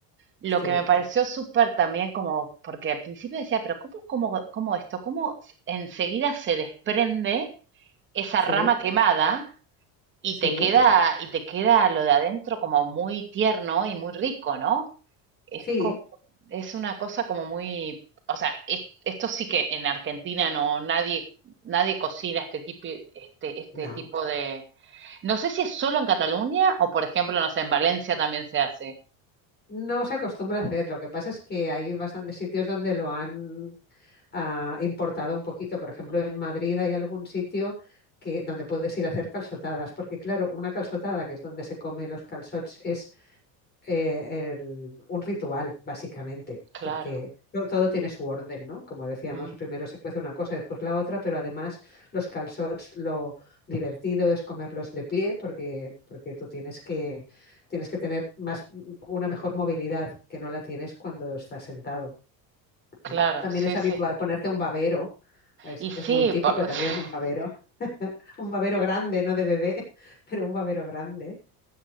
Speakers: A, on the right (about 30°); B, on the left (about 25°).
A: Lo
B: sí,
A: que me pareció súper también como, porque al principio decía, pero ¿cómo, cómo, cómo esto? ¿Cómo enseguida se desprende esa
B: sí,
A: rama quemada? Y
B: sí,
A: te queda, y te queda lo de adentro como muy tierno y muy rico, ¿no? Es,
B: sí.
A: co- es una cosa como muy, o sea, es- esto sí que en Argentina no, nadie, nadie cocina este tipo, este, este
B: No,
A: tipo de. No sé si es solo en Cataluña o, por ejemplo, no sé, en Valencia también se hace.
B: no se acostumbra a hacer. Lo que pasa es que hay bastantes sitios donde lo han ah, importado un poquito. Por ejemplo, en Madrid hay algún sitio que, donde puedes ir a hacer calzotadas, porque claro, una calzotada, que es donde se come los calzots, es eh, el- un ritual, básicamente,
A: Claro,
B: porque to- todo tiene su orden, ¿no? Como decíamos,
A: mm,
B: primero se cuece una cosa, después la otra, pero además los calzots, lo divertido es comerlos de pie, porque, porque tú tienes que, tienes que tener más, una mejor movilidad que no la tienes cuando estás sentado, ¿no?
A: claro,
B: También
A: sí,
B: es habitual
A: sí.
B: ponerte un babero. Es,
A: Y
B: es
A: sí,
B: muy típico
A: po-
B: también
A: <laughs>
B: un babero, un babero grande, no de bebé, <laughs> pero un babero grande